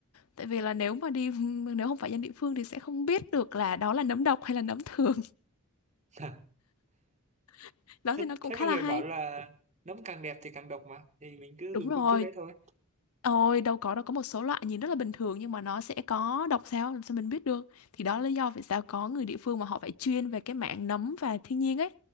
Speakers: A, on the left; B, on the right.
A: tại vì là nếu mà đi <laughs> nếu không phải dân địa phương thì sẽ không biết được là đó là nấm độc hay là nấm thường
B: <laughs>
A: <laughs> đó
B: thế,
A: thì nó cũng
B: thế
A: khá
B: mọi
A: là
B: người
A: hay
B: bảo là nấm càng đẹp thì càng độc mà thì mình cứ
A: đúng
B: dùng
A: rồi
B: công thức đấy thôi
A: Ôi đâu có đâu có một số loại nhìn rất là bình thường nhưng mà nó sẽ có độc sao làm sao mình biết được thì đó là lý do vì sao có người địa phương mà họ phải chuyên về cái mảng nấm và thiên nhiên ấy